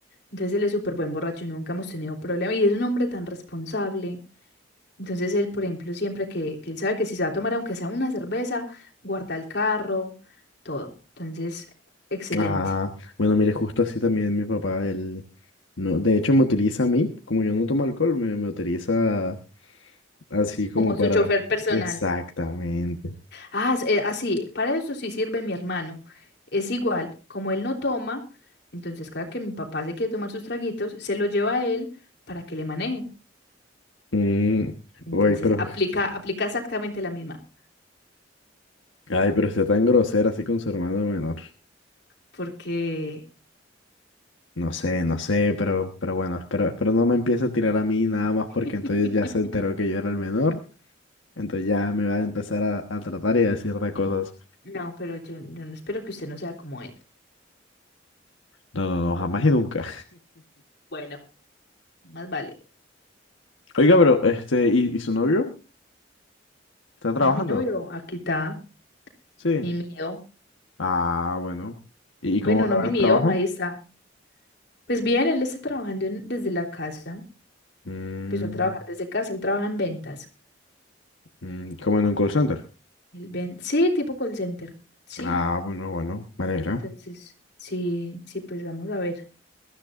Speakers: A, on the left; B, on the left.
A: Entonces él es súper buen borracho, nunca hemos tenido problema. Y es un hombre tan responsable. Entonces él, por ejemplo, siempre que, que él sabe que si se va a tomar, aunque sea una cerveza, guarda el carro, todo. Entonces, excelente.
B: Ah, bueno, mire, justo así también mi papá, él, no, de hecho me utiliza a mí, como yo no tomo alcohol, me, me utiliza así como
A: Como su
B: para...
A: chofer personal.
B: Exactamente.
A: Ah, s- eh, así, para eso sí sirve mi hermano. Es igual, como él no toma, entonces cada que mi papá se quiere tomar sus traguitos, se lo lleva a él para que le maneje.
B: Mm,
A: Entonces
B: uy, pero...
A: aplica,
B: <laughs>
A: aplica exactamente la misma,
B: Ay, pero está tan grosera así con su hermano menor.
A: porque
B: No sé, no sé, pero, pero bueno, espero, espero no me empiece a tirar a mí nada más
A: <laughs>
B: porque entonces ya se enteró que yo era el menor, entonces ya me va a empezar a, a tratar y a decir de cosas.
A: no, pero yo, yo no espero que usted no sea como él,
B: No, no, no, jamás y nunca.
A: Bueno, más vale.
B: <laughs> Oiga, pero este, ¿y, y su novio? ¿Está trabajando?
A: Ah, mi novio, aquí está,
B: Sí.
A: mi mío.
B: Ah, bueno. ¿Y
A: Bueno,
B: y cómo le
A: no
B: va
A: mi
B: en el
A: mío,
B: trabajo?
A: ahí está. Pues bien, él está trabajando en- desde la casa.
B: Mm,
A: Empezó a trabajar desde casa, él trabaja en ventas.
B: mm, como en un call center.
A: Él ven- sí, tipo call center. Sí,
B: Ah, bueno, bueno, me alegra.
A: entonces, sí, sí, pues vamos a ver.